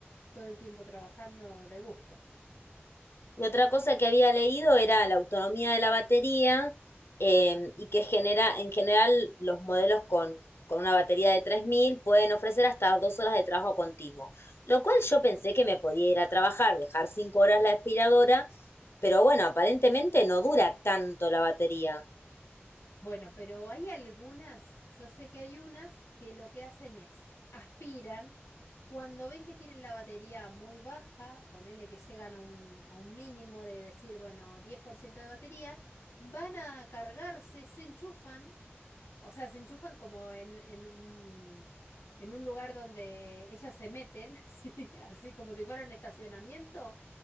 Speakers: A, on the left; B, on the left.
A: todo el tiempo trabajando de gusto.
B: Y otra cosa que había leído era la autonomía de la batería eh, y que genera, en general los modelos con, con una batería de 3000 pueden ofrecer hasta dos horas de trabajo continuo, lo cual yo pensé que me podía ir a trabajar, dejar cinco horas la aspiradora, pero bueno, aparentemente no dura tanto la batería.
A: Bueno, pero hay algunas, yo sé que hay unas que lo que hacen es aspiran, cuando ven que tienen la batería muy baja, ponele que llegan a un, a un mínimo de decir, bueno, 10% de batería, van a cargarse, se enchufan o sea, se enchufan como en, en un, en un lugar donde ellas se meten, <laughs> ¿sí? Así como si fuera un estacionamiento.